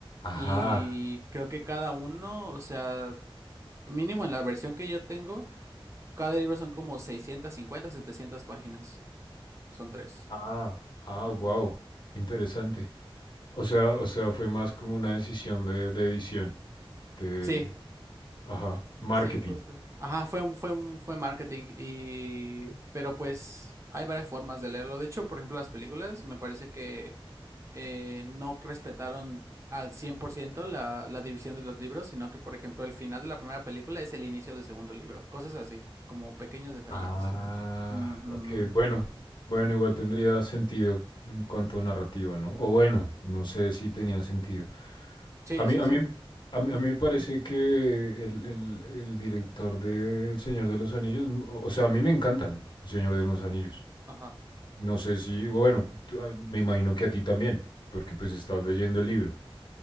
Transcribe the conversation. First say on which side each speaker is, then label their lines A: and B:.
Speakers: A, on the left; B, on the right.
A: Ajá,
B: Y creo que cada uno, o sea, mínimo en la versión que yo tengo, cada libro son como 650 700 páginas, son tres.
A: ah, ah,
B: Ujú.
A: wow, interesante. O sea, o sea, fue más como una decisión de, de edición, de,
B: Sí,
A: ajá, marketing.
B: Sí, justo. Ajá, fue, un- fue, un- fue marketing y... Pero pues hay varias formas de leerlo. De hecho, por ejemplo, las películas me parece que eh, no respetaron al 100% la, la división de los libros, sino que, por ejemplo, el final de la primera película es el inicio del segundo libro. Cosas así, como pequeños detallitos.
A: Ah,
B: Ujú.
A: ok, bueno, bueno, igual tendría sentido en cuanto a narrativa, ¿no? O bueno, no sé si tenía sentido.
B: Sí,
A: A mí,
B: sí,
A: a
B: sí.
A: mí, a mí,
B: Ujú.
A: a mí me parece que el, el- el director de El Señor de los Anillos, m- o sea, a mí me encantan El Señor de los Anillos.
B: Ajá.
A: No sé si, bueno, tú- ah, me imagino que a ti también, porque pues estás leyendo el libro.